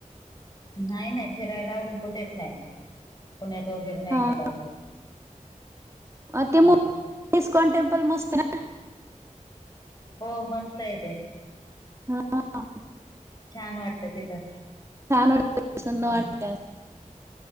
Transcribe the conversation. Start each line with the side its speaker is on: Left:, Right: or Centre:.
Left: नाही नाही, फिरायला अजून कुठेच नाही. पुण्यात वगैरे नाही
Right: हां
Left: गेलो अजून.
Right: <unintelligible>
Left: हम्म हो, मस्तय ते.
Right: हा.
Left: छान वाटत तिथं.
Right: छान वाटतं प्रसन्न
Left: हम्म.
Right: वाटतं.